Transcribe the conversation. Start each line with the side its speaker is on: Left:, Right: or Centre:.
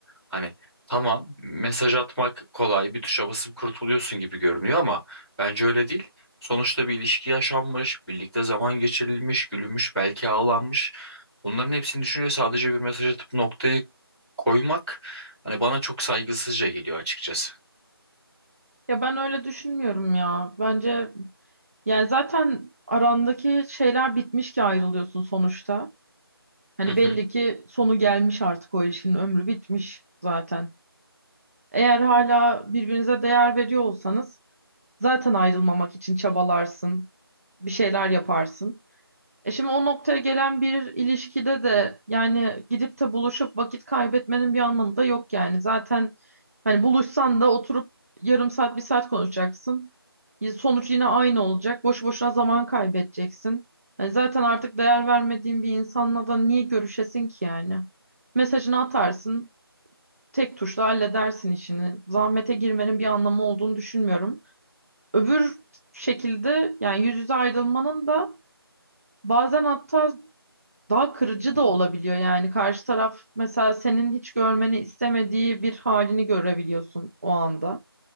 Centre: Hani tamam mesaj atmak kolay bir tuşa basıp kurtuluyorsun gibi görünüyor ama bence öyle değil. Sonuçta bir ilişki yaşanmış, birlikte zaman geçirilmiş, gülünmüş, belki ağlanmış. Bunların hepsini düşünce sadece bir mesaj atıp noktayı koymak hani bana çok saygısızca geliyor açıkçası.
Right: Ya ben öyle düşünmüyorum ya. Bence yani zaten arandaki şeyler bitmiş ki ayrılıyorsun sonuçta. Hani
Centre: Hı hı.
Right: belli ki sonu gelmiş artık o ilişkinin ömrü bitmiş zaten. Eğer hala birbirinize değer veriyor olsanız zaten ayrılmamak için çabalarsın, bir şeyler yaparsın. E şimdi o noktaya gelen bir ilişkide de yani gidip de buluşup vakit kaybetmenin bir anlamı da yok yani. Zaten hani buluşsan da oturup yarım saat bir saat konuşacaksın. Y- Sonuç yine aynı olacak. Boş boşuna zaman kaybedeceksin. Hani zaten artık değer vermediğin bir insanla da niye görüşesin ki yani? Mesajını atarsın, tek tuşla halledersin işini. Zahmete girmenin bir anlamı olduğunu düşünmüyorum. Öbür şekilde yani yüz yüze ayrılmanın da Bazen hatta daha kırıcı da olabiliyor yani karşı taraf mesela senin hiç görmeni istemediği bir halini görebiliyorsun o anda.